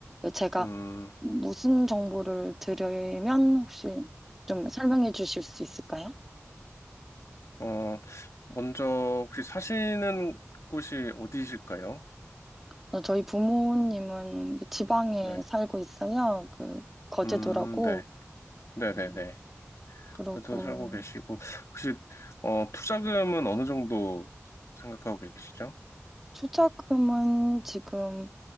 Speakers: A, in the centre; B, on the left.
A: 제가
B: 음.
A: 무슨 정보를 드리면 혹시 좀 설명해 주실 수 있을까요?
B: 어, 먼저 혹시 사시는 곳이 어디실까요?
A: 어, 저희 부모님은 그 지방에
B: 네.
A: 살고 있어요. 그 거제도라고.
B: 음, 네. 네네네.
A: 음. 그러고
B: 거것도 살고 계시고, 혹시, 어, 투자금은 어느 정도 생각하고 계시죠?
A: 투자금은 지금